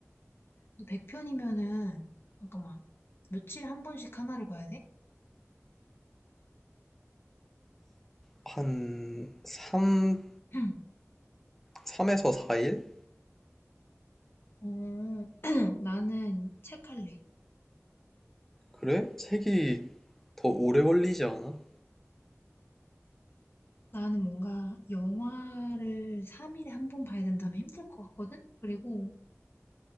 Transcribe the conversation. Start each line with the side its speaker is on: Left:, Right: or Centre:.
Left: 너 100편이면은 잠깐만. 며칠에 한 번씩 하나를 봐야 돼?
Centre: 한 3,
Left: <clears throat>
Centre: 3에서 4일?
Left: 어, <clears throat> 나는 책 할래.
Centre: 그래? 책이 더 오래 걸리지 않아?
Left: 나는 뭔가 영화를 3일에 한 번 봐야 된다면 힘들 것 같거든? 그리고